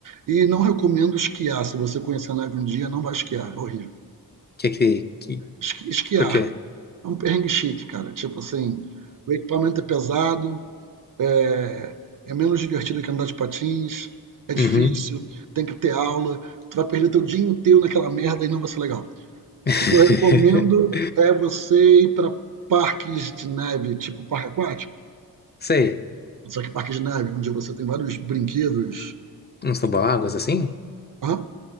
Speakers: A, on the right; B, on the left.
A: E não recomendo esquiar. Se você conhecer a neve um dia, não vai esquiar. É horrível.
B: Que que... que...
A: Esqui- Esquiar
B: Por quê?
A: é um perrengue chique, cara. Tipo assim, o equipamento é pesado, é, é menos divertido que andar de patins, é difícil,
B: Uhum.
A: tem que ter aula. Tu vai perder teu dia inteiro naquela merda e não vai ser legal.
B: <laughs>
A: O que eu recomendo é você ir para parques de neve, tipo parque aquático.
B: Sei.
A: Só que parque de neve, onde você tem vários brinquedos.
B: Uns toboáguas assim?
A: Hã?